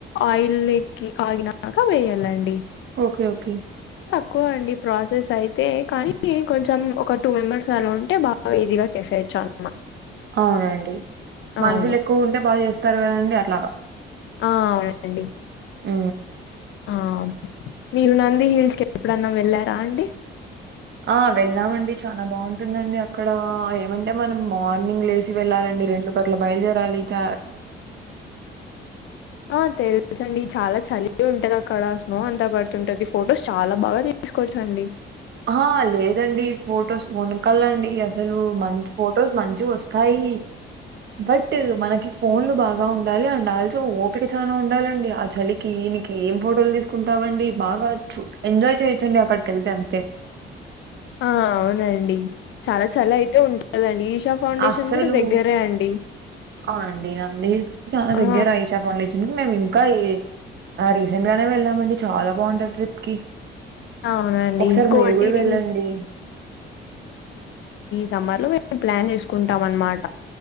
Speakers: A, on the left; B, on the right.
A: ఆయిలేకి కాగినక వేయాలండి
B: ఒకే ఒకే
A: ఎక్కువ అండి ప్రాసెస్ అయితే కానీ కొంచెం ఒక టూ మెంబర్స్ అలా ఉంటే బాగ ఈజీగా చేసే <unintelligible>
B: అవునండి మనుషులు
A: అవును
B: ఎక్కువ ఉంటే బాగ చేస్తారు కదండి అట్లాగ
A: ఆ అవునండి
B: ఉ
A: ఆ మీరు నంది హిల్స్ కి ఎప్పుడన్నా వెళ్ళారా అండి
B: ఆ విన్నామండి చాలా బాగుంటుందండి అక్కడా ఏమంటే మనం మార్నింగ్ లే సి వెళ్ళాలండి రెండు కట్ల బయలుదేరాలి చ
A: ఆ తెలిసండి చాల చలి ఉంటది అక్కడ స్నో అంతా పడుతుంటది ఫొటోస్ చాలా బాగా తీసుకోవచ్చు అండి
B: ఆ లేదండి ఫొటోస్ వనకాలండి అసలు మంచి ఫొటోస్ మంచి వస్తా యీ బట్ మనకి ఫోన్లు బాగ ఉండాలి అండ్ ఆల్సో ఓపిక చనా ఉండాలండి ఆ చలికి దీనికి ఏం ఫోటోలు తీసుకుంటామండి బాగ ఎంజాయ్ చేయొచ్చండి అక్కడికి వెళ్తే అంతే
A: ఆ అవునండి చాల చలి అయితే ఉంటదండి ఈశ ఫౌండేషన్
B: అస్సలు
A: కూడ దగ్గరే అండి
B: అవునండి అండి నంది హిల్స్ కి చాల
A: ఆ
B: దగ్గర ఈశ <unintelligible> మేము ఇంక ఈ రీసెంట్ గానే వెళ్ళాంమండి చాల బాగుంటది ట్రిప్ కి
A: అవునండి
B: ఒకసారి
A: కోటిలింగ్
B: మీరు కూడ వెళ్ళండి
A: సమ్మర్లో మేము ప్లాన్ చేసుకుంటాం అనమాట